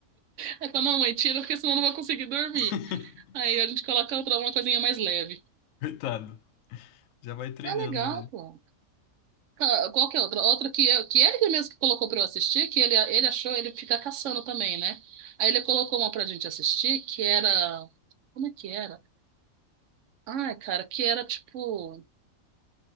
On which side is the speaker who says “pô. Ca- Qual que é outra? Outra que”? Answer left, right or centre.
Right